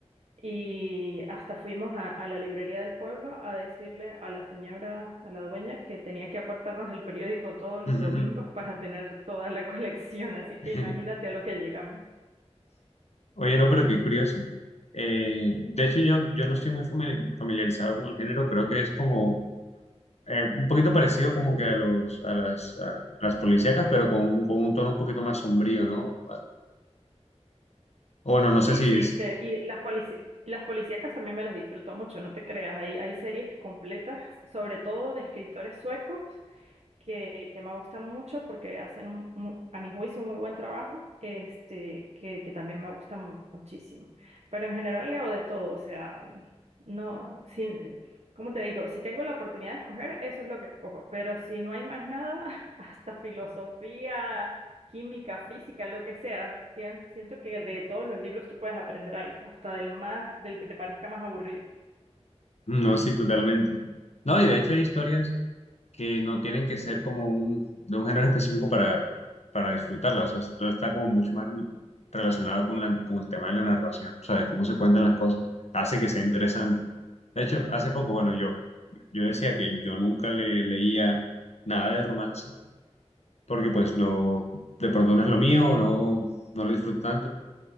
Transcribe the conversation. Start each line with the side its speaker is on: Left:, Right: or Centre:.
Right: y hasta fuimos a, a la librería del pueblo a decirle a la señora, a la dueña, que tenía que apartarnos el periódico todos los
Left: Ujú.
Right: domingos para tener toda la <laughs> colección. Así que
Left: <laughs>
Right: imagínate a lo que llegamos.
Left: Oye, no, pero qué curioso. Eh, de hecho, yo, yo no estoy muy famili- familiarizado con el género, creo que es como eh, un poquito parecido como que a los, a las, a las policíacas, pero con, un- con un tono un poquito más sombrío, ¿no? O Bueno, no sé
Right: Sí,
Left: si,
Right: sí,
Left: si-
Right: de- y las polici- las policíacas también me las disfruto mucho, no te creas, hay, hay series completas, sobre todo de escritores suecos, que, que me gusta mucho porque hacen un, mu- a mi juicio un muy buen trabajo, este, que, que también me gusta mu- muchísimo. Pero en general leo de todo, o sea, no, si, ¿cómo te digo? Si tengo la oportunidad de escoger, eso es lo que escojo, pero si no hay más nada, <laughs> hasta filosofía, química, física, lo que sea, sien- siento que de todos los libros tú puedes aprender algo, hasta del más, del que te parezca más aburrido.
Left: No, sí, totalmente. No, y de hecho hay historias que no tienen que ser como un, de un género específico para, para disfrutarlas. O sea, todo está como mucho más relacionado con, la, con el tema de la narración, o sea, de cómo se cuentan las cosas. Hace que sea interesante. De hecho, hace poco, bueno, yo, yo decía que yo nunca le leía nada de romance, porque pues no, de pronto no es lo mío, no, no lo disfruto tanto.